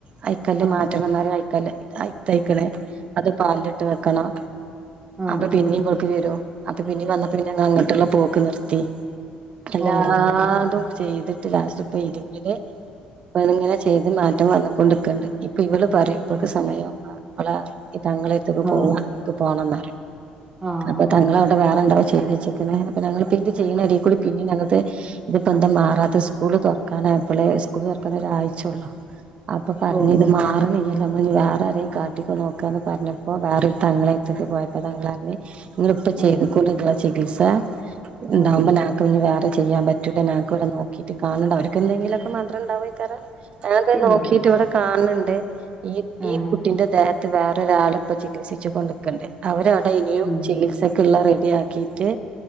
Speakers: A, on the right; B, on the right.
A: അയക്കല്ല്
B: ആഹ് ആഹ്
A: മാറ്റം വന്നറിയ അയക്കല് അയിത്തയക്കണേ അത് പാലിട്ട് വെക്കണം.
B: ഓഹ് ആഹ്
A: അപ്പൊ പിന്നെയ
B: ആഹ്
A: പോൊക്കക്ക് വരോ അപ്പൊ പിന്നും വന്നപ്പന്നെ ഞ അങ്ങോട്ടുള്ള പോൂക്ക്െ നിർത്തി. അല്ലാതെ
B: ഓഹ് ഓഹ്
A: ചെയ്തി്. രാസപ്പ ഇരുമല് ഇങ്ങനെ ചെയ്ത് മാറ്റം വന്നൊണ്ടിക്കണ്ട്. ഇപ്പൊ ഇവള് പറ ഇവക്ക്
B: ആ
A: സമയംുമ്പ ഇമ്മളെ താങ്കെ എത്തൊക്കെ
B: ആ
A: പോകവാ. ഇ പോണംന്ന്റ
B: ആ
A: അപ്പൊ
B: ആ
A: തങ്ങള.
B: ആ.
A: വേറെണ്ടാവോ ചെയ്ത് വച്ചേക്കുന്നത് അപ്പ ഞങ്ങൾന്ന ഇത് ചെയ്യണ അൽ കൂടി പിന്നെ ഞങ്ങക്ക്. ഇതിപ്പോ എന്താ മാറാത്ത സ്കൂള് തുറക്കാനായപ്പോളെ സ്കൂള് തുറക്കാ ഒരാഴ്ചയള്ളോ. അപ്പൊ പറഞ്ഞഞ്
B: ഓ
A: ഇത്
B: ഓ
A: മാറണില്ലല്ലേ നമ്മൾ വേറെ ആരേും കാട്ടിിക്ക നോക്കാന്ന് പറഞ്ഞപ്പോ വേറെ. തങ്ങളെ എത്ത പോയപ്പോ തങ്ങളൾ അറിഞ്ഞഞ് നിങ്ങ ഇപ്പ
B: ആ
A: ചെയ്തക്കൊണ്ട് നിങ്ങള ചികിത്സ.
B: ആ
A: ന്താമ്പന വേറെ ചെയ്യാൻ പറ്റൂല്ല ഞക്ക്വിടെ നോക്കിട്ട് കാണണ്ട അവർക്ക്ന്തെിലൊക്കെ മാത്രം ഉണ്ടോ
B: പിന്നെ
A: <unintelligible>
B: ഇല്ല
A: ഇവിടെ കാണണണ്ട് ഈ
B: ആ
A: ഈ കുട്ടിന്റെ ദേഹത്ത് വേറൊരാള ഇപ്പൊ ചികിത്സിച്ചച്ച് കൊണ്ട്ക്കണ്ട് അവരവിടെ ഇനിയും
B: ഉം
A: ചികിത്സക്കുള്ള റെഡി ആക്കിട്ട്